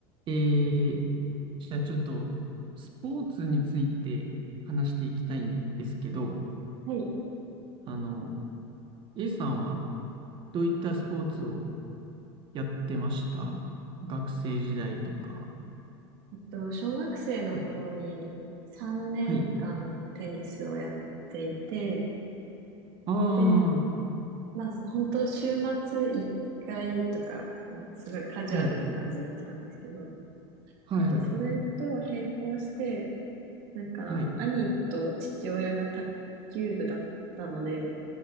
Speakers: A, on the right; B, on the right.
A: えー、じゃあちょっと、スポーツについて話していきたいんですけど、
B: はい。え
A: あの、A さんはどういったスポーツをやってました学生時代とか。
B: っと、小学生の頃に3年間テニスをやっていて、
A: はい。はい。あ
B: で、まあ、本当週末1回とか、こうすごいカジュアルな感じでやってたんですけど、
A: あ、はい。はいはい。
B: あとそれと並行して、なんか、
A: はい。
B: 兄と父親が卓球部だったので、